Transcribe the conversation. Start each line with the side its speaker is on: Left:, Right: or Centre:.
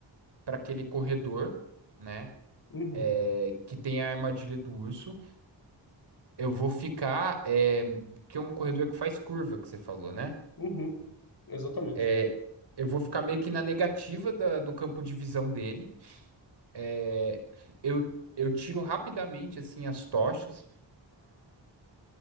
Right: para aquele corredor, né?
Left: Uhum,
Right: é, Que tem a armadilha do urso. Eu vou ficar, é... que é um corredor que faz curva, que você falou, né?
Left: uhum, exatamente.
Right: É... Eu vou ficar meio que na negativa da- do campo de visão dele. É, Eu, eu tiro rapidamente assim as tochas.